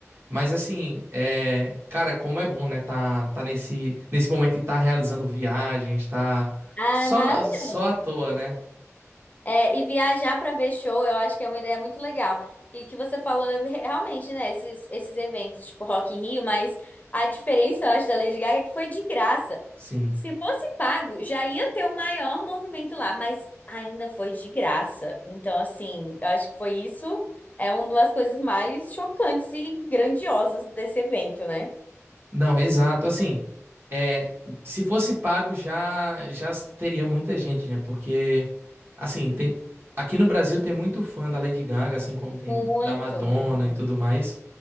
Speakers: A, on the right; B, on the left.
A: Mas assim, é, cara, como é bom, né? Tá, tá nesse, nesse momento de estar realizando viagens, tá
B: Ah,
A: só,
B: é maravilhoso.
A: só à toa, né?
B: É, e viajar para ver show, eu acho que é uma ideia muito legal. E que você falou é realmente, né, esses, esses eventos, tipo Rock in Rio, mas a diferença, eu acho, da Lady Gaga é que foi de graça.
A: Sim.
B: Se fosse pago, já ia ter o maior movimento lá, mas ainda foi de graça. Então, assim, eu acho que foi isso, é uma das coisas mais chocantes e grandiosas desse evento, né?
A: Não, exato. Assim, é, se fosse pago já já teria muita gente, né? Porque assim, tem aqui no Brasil tem muito fã da Lady Gaga, assim como tem
B: Muito,
A: da Madonna
B: muito.
A: e tudo mais.